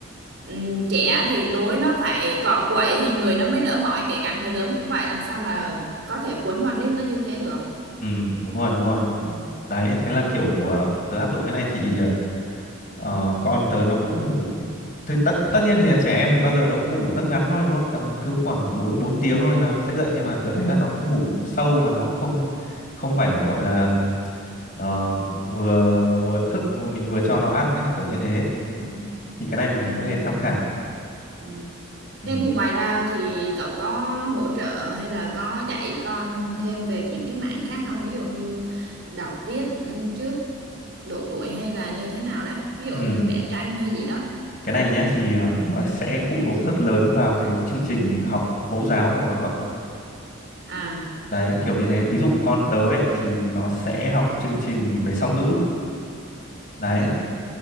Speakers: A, on the right (about 60°); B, on the left (about 40°).
A: ừm, trẻ thì tối nó phải cọ quậy thì người nó mới đỡ mỏi kể cả người lớn cũng vậy làm sao mà có thể quấn con nít nó như thế được
B: ừ đúng rồi đúng rồi
A: ừ.
B: đấy thế là kiểu uh, tớ áp dụng cái này thì uh, ờ, con tớ nó cũng ngủ thì tất tất nhiên thì là trẻ em thì bao giờ nó cũng ngủ rất ngắn thôi đúng không tầm cứ khoảng bốn
A: ừ.
B: 4 tiếng thôi là nó sẽ dậy nhưng mà tớ thấy là nó cũng ngủ
A: ừ,
B: sâu và nó cũng không không phải gọi là ờ, vừa vừa thức vừa mình vừa cho nó
A: ừ,
B: ăn ấy kiểu như thế
A: ừ.
B: thì cái này mình
A: Rồi,
B: có thể tham khảo
A: ừ.
B: ừ.
A: Nên thì ngoài ra thì cậu có hỗ trợ hay là có dạy con thêm về những cái mảng khác không? Ví dụ như đọc viết ừ, trước độ tuổi hay là như thế nào đó? Ví dụ
B: Ừ.
A: như vẽ tranh hay gì đó.
B: cái này nhá thì ờ, nó sẽ phụ thuộc rất lớn vào cái chương trình học mẫu giáo của con cậu
A: À,
B: đấy kiểu như thế ví dụ con tớ ấy, thì nó sẽ học chương trình về song ngữ đấy
A: ừ,